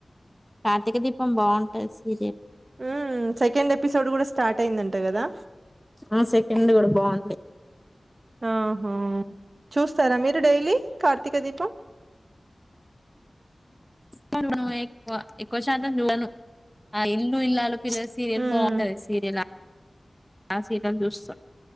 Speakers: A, in the centre; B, on the right (about 50°).
A: కార్తీక దీపం బాగుంటది సిరియల్
B: ఉ సెకండ్ ఎపిసోడ్ కూడా స్టార్ట్ అయిందంట కదా
A: ఆ సెకండ్ కూడా బాగుంటే
B: ఆహా చూస్తారా మీరు డైలీ కార్తీక దీపం
A: చూడ ఎక్కువ ఎక్కువ శాతం చూడను ఆ ఇల్లు ఇల్లాలు పిల సీరియల్
B: ఉమ్
A: బాగుంటాది సీరియల్ <unintelligible> ఆ సీరియల్ దుష్టం